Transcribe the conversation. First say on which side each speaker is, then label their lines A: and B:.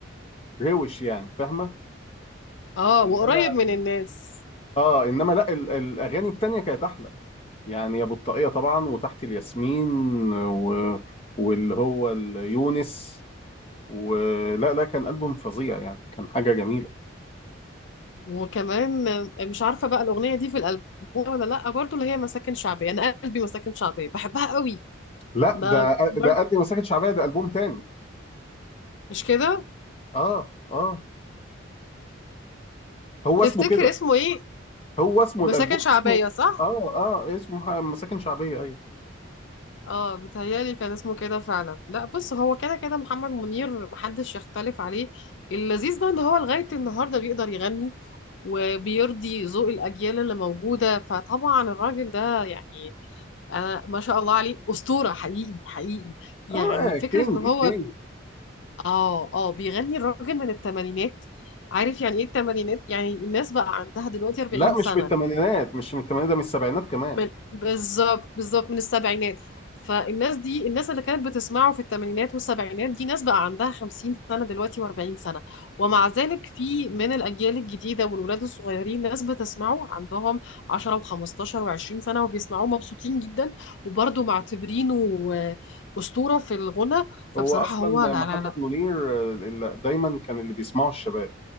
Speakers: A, on the left; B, on the left.
A: روش يعني فاهمه
B: اه
A: انما
B: وقريب من الناس
A: اه انما لا ال- الاغاني التانية كانت احلى يعني يا بطاقية طبعا وتحت الياسمين و... واللي هو يونس ولا لا كان البوم فظيع يعني كان حاجة جميلة
B: وكمان آه، مش عارفة بقى الأغنية دي في الألبوم ولا لأ برضو اللي هي مساكن شعبية أنا قلبي مساكن شعبية بحبها قوي
A: لا
B: ما
A: ده
B: برضو
A: ده قلبي مساكن شعبية ده البوم تاني
B: مش كده
A: اه اه هو
B: تفتكر
A: اسمه كده
B: اسمه ايه
A: هو اسمه
B: مساكن
A: الالبوم
B: شعبية
A: اسمه
B: صح
A: اه اه اسمه ح- مساكن شعبية ايوه
B: اه بتهيألي كان اسمه كده فعلا لا بص هو كده كده محمد منير محدش يختلف عليه اللذيذ بقى ان هو لغاية النهاردة بيقدر يغني وبيرضي ذوق الأجيال اللي موجودة فطبعا الراجل ده يعني أنا ما شاء الله عليه أسطورة حقيقي حقيقي يعني
A: اه
B: فكرة
A: كينج
B: إن هو
A: كينج
B: آه آه بيغني الراجل من التمانينات عارف يعني إيه التمانينات يعني الناس بقى عندها دلوقتي 40
A: لا
B: سنة
A: مش بالثمانينات مش من الثمانينات ده من السبعينات كمان
B: من بالظبط بالظبط من السبعينات فالناس دي الناس اللي كانت بتسمعه في الثمانينات والسبعينات دي ناس بقى عندها 50 سنة دلوقتي و40 سنة ومع ذلك في من الأجيال الجديدة والولاد الصغيرين ناس بتسمعه عندهم 10 و15 و20 سنة وبيسمعوه مبسوطين جدا وبرضه معتبرينه آه، أسطورة في الغنى فبصراحة
A: هو اصلا
B: هو لا
A: محمد
B: لا لا
A: منير آه، اللي دايما كان اللي بيسمعه الشباب